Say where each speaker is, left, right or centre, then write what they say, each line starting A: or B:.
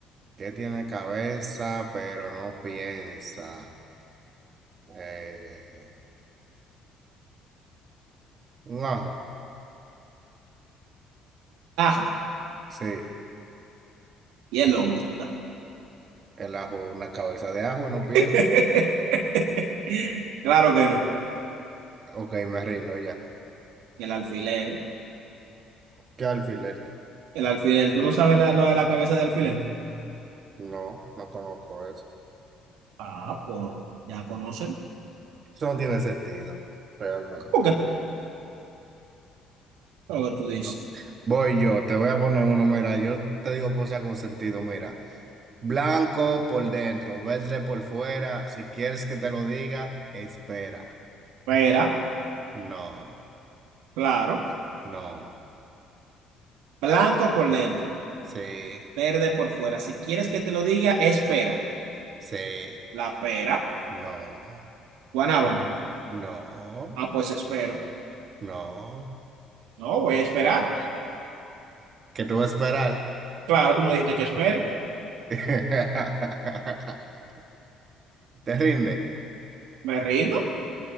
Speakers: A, on the right; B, on the right.
A: que tiene cabeza pero no piensa? Eh, un ajo,
B: Ajo.
A: sí,
B: Y el loco que tú
A: el ajo, una cabeza de ajo y no piensa.
B: estás. <laughs> <laughs> Claro que no.
A: Ok, me rindo ya.
B: El alfiler.
A: ¿Qué alfiler?
B: El alfiler. ¿Tú no sabes la- lo de la cabeza de alfiler?
A: No, no conozco eso.
B: Ah, pues ya conocen.
A: Eso no tiene sentido, realmente.
B: ¿Cómo que lo que tú dices?
A: No. Voy yo, te voy a poner uno, mira, yo te digo cosas con sentido, mira. Blanco por dentro, verde por fuera, si quieres que te lo diga, espera.
B: Pera,
A: No,
B: claro.
A: no,
B: Blanco por dentro,
A: sí,
B: verde por fuera. Si quieres que te lo diga, espera.
A: sí.
B: La pera,
A: No,
B: guanábana.
A: no,
B: Ah, pues espero.
A: no.
B: No, voy a esperar.
A: ¿Qué tú vas a esperar?
B: Claro, tú me dijiste que espere.
A: <laughs> ¿Te rinde?
B: ¿Me rindo?